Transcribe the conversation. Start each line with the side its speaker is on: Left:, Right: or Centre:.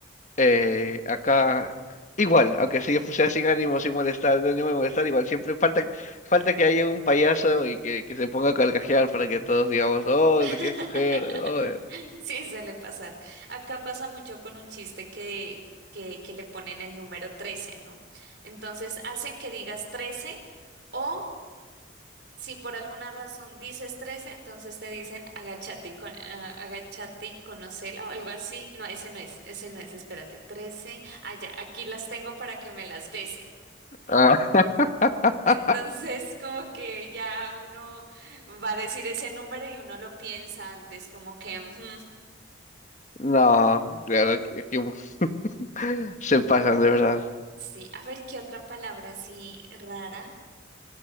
Left: Eh, acá, igual, aunque si yo sea sin ánimo, sin molestar, no ánimo de molestar, igual siempre falta, falta que haya un payaso y que, que se ponga a carcajear para que todos digamos, oh,
Right: <laughs>
Left: te quieres coger, oh.
Right: Sí, suele pasar. Acá pasa mucho con un chiste que, que, que le ponen el número 13, ¿no? Entonces hacen que digas 13 o Si por alguna razón dices 13, entonces te dicen agachate y, con, ah, agachate y conocela o algo así. No, ese no es, ese no es, espérate, 13. Ah, ya, aquí las tengo para que me las bese.
Left: Ah. <laughs>
Right: Entonces, como que ya uno va a decir ese número y uno lo piensa antes, como que, ujú,
Left: No, claro que, que <laughs> se pasan de verdad.
Right: sí, a ver qué otra palabra así rara.